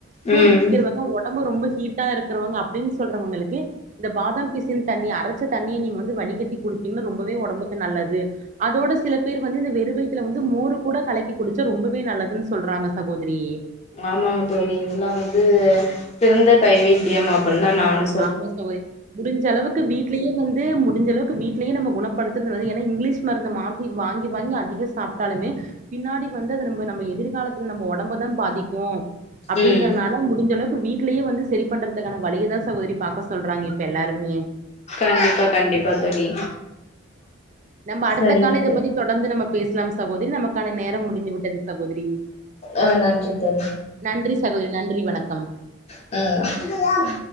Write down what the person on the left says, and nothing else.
ம்
ஆமாங்க தோழி இதெல்லா வந்து சிறந்த கை வைத்தியம் அப்டின்னு தா நானு
ம்
கண்டிப்பா கண்டிப்பா தோழி
சரிங்க
தோழி
ஆ நன்றி தோழி
ம்